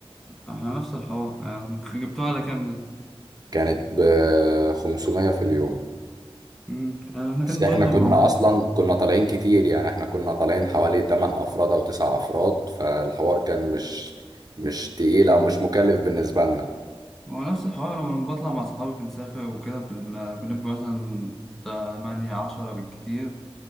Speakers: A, in the centre; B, on the right.
A: احنا نفس الحوار آه، جبتوها على كام دي؟
B: كانت ب 500 في اليوم
A: مم. يعني احنا
B: بس
A: كان
B: احنا
A: برضه
B: كنا
A: بعمل
B: اصلا كنا طالعين كتير يعني احنا كنا طالعين حوالي 8 افراد او 9 افراد فالحوار كان مش مش تقيل او مش مكلف بالنسبة لنا
A: هو نفس الحوار لما بطلع مع أصحابي بنسافر وكده بن... بنبقى مثلا تمانية عشرة بالكتير